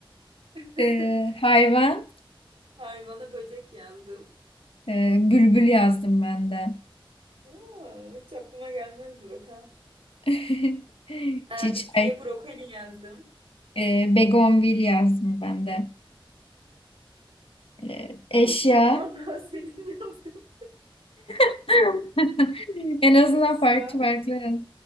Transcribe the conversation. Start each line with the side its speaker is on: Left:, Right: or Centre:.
Right: <laughs>
Left: Ee, hayvan.
Right: Hayvana böcek yazdım.
Left: Ee, bülbül yazdım ben de.
Right: Aa, hiç aklıma gelmezdi bakalım.
Left: <laughs>
Right: Ee,
Left: Çiçek,
Right: bitkiye brokoli yazdım.
Left: e, begonvil yazdım ben de. Ee, eşya.
Right: Çok iyi vallahi <laughs> senin yazdığın.
Left: <laughs> En azından
Right: Eşya.
Left: farklı farklı. yaz-